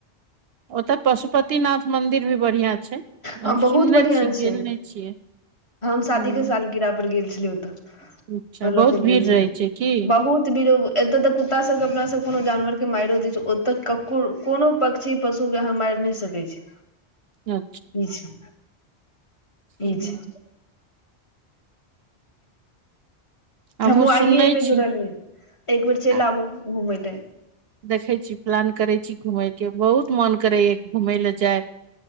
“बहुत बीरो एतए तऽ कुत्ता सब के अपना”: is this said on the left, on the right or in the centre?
Left